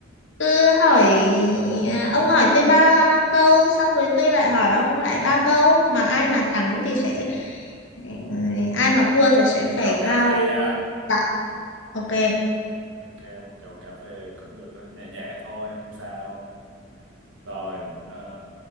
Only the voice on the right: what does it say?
Chầu cà
phê nha.
Ok, một chầu cà phê cũng được, đó, nhẹ nhẹ thôi, không sao. Rồi, ờ,